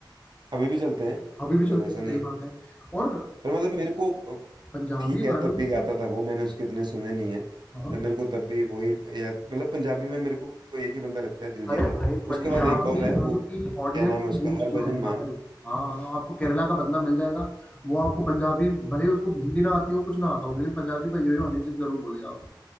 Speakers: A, on the right (about 65°); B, on the left (about 15°).
A: अभी भी चलते हैं
B: अभी भी चलते
A: इवन ऐसा
B: हैं
A: नहीं
B: सही
A: है
B: बात है और
A: पर मतलब मेरे को अ,
B: पंजाबी
A: ठीक है
B: गानों
A: तब
B: में
A: भी गाता
B: तो
A: था वो मैंने उसके इतने सुने नहीं है
B: हाँ
A: पर मेरे को तब भी वही याद मतलब पंजाबी में मेरे को एक ही बंदा लगता है दिलजीत
B: अरे भाई पंजाबी
A: उसके बाद एक और है
B: गानों
A: वो
B: की ऑडियंस
A: क्या नाम है उसका
B: की रीच
A: हरभजन
B: जो है
A: मान
B: ना भाई हाँ हाँ, आपको केरला का बंदा मिल जाएगा वो आपको पंजाबी भले उसको हिंदी ना आती हो कुछ ना आता हो लेकिन पंजाबी का यो यो हनी सिंह जरूर बोलेगा वो